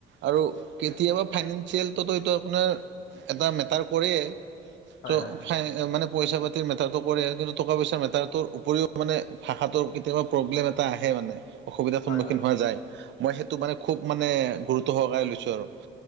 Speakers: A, on the right; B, on the left.
A: আৰু কেতিয়াবা ফাইনেন্সিয়েলটোতো এইটো আপোনাৰ এটা মেটাৰ কৰে
B: হয়
A: চ
B: হয়
A: মানে পইচা পাতি মেটাৰটো কৰে, কিন্তু টকা-পইচাৰ মেটাৰটোৰ উপৰিও মানে ভাষাটোৰ কেতিয়াবা প্ৰব্লেম এটা আহে মানে। অসুবিধাৰ
B: হয়
A: সন্মুখীন
B: হয় হয়
A: হোৱা যায়। মই সেইটো মানে খুব মানে গুৰুত্ব সহকাৰে লৈছো আৰু।